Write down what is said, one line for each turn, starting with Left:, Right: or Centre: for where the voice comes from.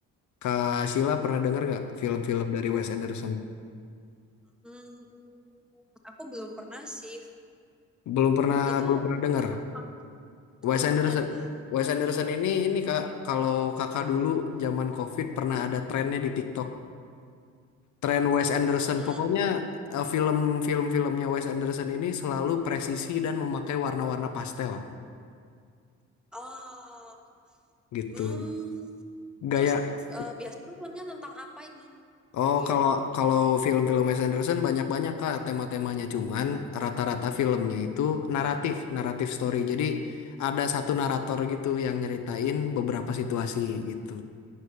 Left: Kak Sheila pernah dengar nggak film-film dari Wes Anderson?
Centre: Hmm, aku belum pernah sih.
Left: Belum pernah
Centre: Itu
Left: belum pernah dengar.
Centre: film apa?
Left: Wes
Centre: Belum
Left: Anderson.
Centre: pernah dengar.
Left: Wes Anderson ini ini Kak, kalau Kakak dulu zaman COVID pernah ada trennya di TikTok. Tren Wes Anderson.
Centre: Hmm,
Left: Pokoknya eh, film-film filmnya Wes Anderson ini selalu presisi dan memakai warna-warna pastel
Centre: oh,
Left: gitu.
Centre: hmm.
Left: Gaya
Centre: Terus eh, biasanya filmnya tentang apa ini?
Left: Oh,
Centre: Iya.
Left: kalau kalau film-film Wes Anderson banyak-banyak Kak tema-temanya cuman rata-rata filmnya itu naratif, naratif story. Jadi ada satu narator gitu yang nyeritain beberapa situasi gitu.